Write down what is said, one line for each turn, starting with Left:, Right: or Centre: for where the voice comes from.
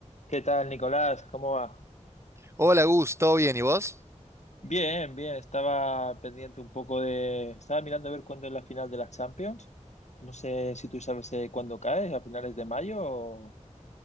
Left: ¿Qué tal, Nicolás? ¿Cómo va?
Right: Hola Gus, ¿todo bien? ¿Y vos?
Left: Bien, bien. Estaba pendiente un poco de... Estaba mirando a ver cuándo es la final de la Champions. No sé si tú sabes eh, cuándo cae, a finales de mayo o...